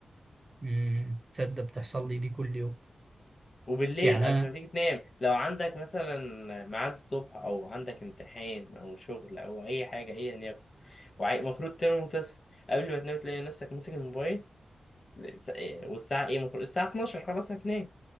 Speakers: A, on the right; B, on the left.
A: أمم، تصدق بتحصل لي دي كل يوم
B: وبالليل
A: يعني
B: قبل
A: انا
B: ما تيجي تنام لو عندك مثلا ميعاد الصبح او عندك امتحان او شغل او اي حاجه ايا يكن ومفروض تنام وتصحى قبل ما تنام تلاقي نفسك ماسك الموبايل س- إيه، والساعة إيه المفروض الساعة 12 خلاص هتنام